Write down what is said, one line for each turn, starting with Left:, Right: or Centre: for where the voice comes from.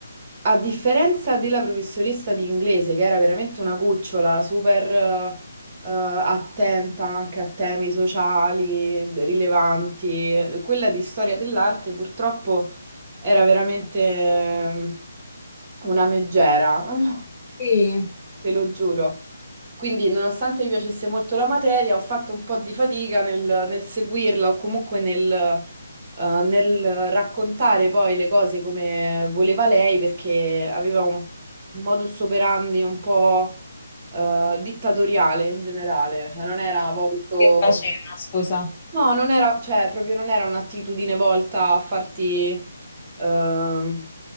Right: a differenza della professoressa di inglese, che era veramente una cucciola, super eh, attenta anche a temi sociali rilevanti, quella di storia dell'arte purtroppo era veramente eh, una meggera, <laughs>
Left: Sì.
Right: te lo giuro. Quindi, nonostante mi piacesse molto la materia, ho fatto un po' di fatica nel, nel seguirla o comunque nel, eh, nel raccontare poi le cose come voleva lei, perché aveva un modus operandi un po' eh, dittatoriale in generale, cioè non era volto...
Left: Che faceva, scusa?
Right: No, non era, cioè proprio non era un'attitudine volta a farti... ehm,